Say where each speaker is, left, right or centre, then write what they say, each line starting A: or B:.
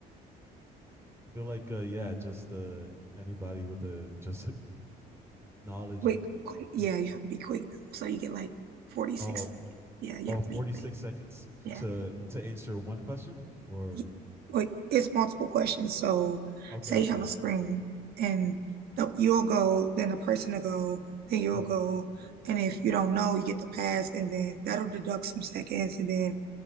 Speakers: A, on the right; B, on the right.
A: I feel like uh yeah, just uh anybody with a <laughs> just like, knowledge
B: Quick,
A: and
B: quick. Yeah,
A: uh,
B: you have to be quick though. So you get like forty six
A: oh
B: seconds. Yeah, you
A: oh
B: have
A: forty-six
B: to be quick.
A: seconds
B: Yeah.
A: to to answer one question or
B: Y- Like it's multiple questions. So
A: okay,
B: say
A: okay.
B: you have a screen and the, you'll go, then the person will go, then you'll
A: hmm
B: go. And if you don't know, you get the pass and then that'll deduct some seconds and then